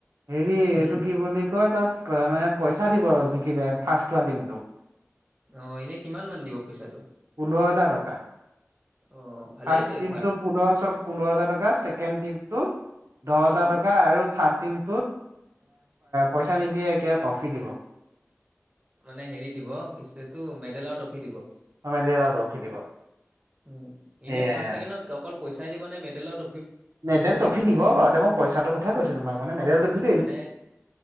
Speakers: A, on the right; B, on the right.
A: হেৰি
B: উম
A: এইটো কি বুলি। কয় তাত মানে পইচা দিব আৰু জিকিলে ফাৰ্ষ্ট হোৱা টিমটোক।
B: আহ এনেই কিমান মান দিব পইচাটো।
A: পোন্ধৰ হাজাৰ টকা
B: অ ভালেই
A: ফাৰ্ষ্ট টিমটো পোন্ধৰশ পোন্ধৰ হাজাৰ টকা ছেকেণ্ড টিমটো। দহ হাজাৰ
B: উম
A: টকা আৰু থাৰ্। টাইমটো পইছা নিদিয়ে কিবা টফি দিব।
B: মানে হেৰি দিব কিছু এইটো মেডেল আৰু ট্ৰফি দিব।
A: মেদেল আও ট্ৰফি দিব।
B: উ
A: সেয়াই
B: এনেই ফাৰ্ষ্ট ছেকেণ্ডক অকল পইচাই দিব নে মেডেলত।
A: মেডেল ট্ৰফি দিব বাৰু মই পইচাটো কথা কৈছোঁ তোমাক মানে মেদেলটো হি।
B: মানে